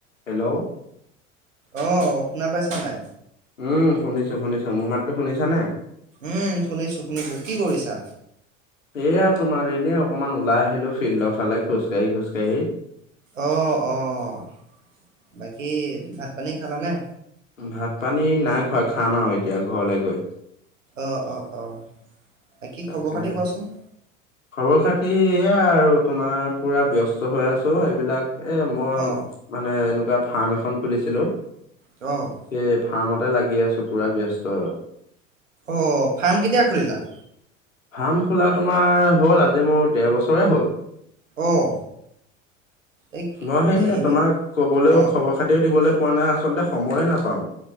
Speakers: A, on the left (about 80°); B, on the right (about 75°).
A: Hello.
B: অ', শুনা পাইছা নাই?
A: উম, শুনিছো শুনিছো। মোৰ মাততো শুনিছানে?
B: উম, শুনিছো শুনিছো। কি কৰিছা?
A: এয়া তোমাৰ, এনে অকমান ওলাই আহিলো ফিল্ডৰ ফালে খোজ কাঢ়ি খোজ কাঢ়ি।
B: অ', অ', বাকী ভাত পানী খালানে?
A: ভাত পানী নাই খোৱা, খাম আৰু এতিয়া ঘৰলে গৈ।
B: অ', অ', অ', বাকি
A: তাকেহে।
B: খবৰ খাতি কোৱাচোন?
A: খবৰ খাতি এ আৰু তোমাৰ পুৰা ব্যস্ত হৈ আছো, এইবিলাক এ মই
B: অহ
A: মানে এনেকুৱা, ফাৰ্ম এখন খুলিছিলো।
B: অ'।
A: সে ফাৰ্মতে লাগি আছো পুৰা ব্যস্ত।
B: অ', ফাৰ্ম কেতিয়া খুলিলা?
A: ফাৰ্ম খোলা তোমাৰ হ'ল আজি মোৰ, দেৰ বছৰে হ'ল।
B: অহ এই
A: ম সেই
B: এদিন
A: তোমাক কবলৈও
B: অহ
A: খবৰ খাতিও দিবলৈ পোৱা নাই, আচলতে সময়ে নাপাওঁ।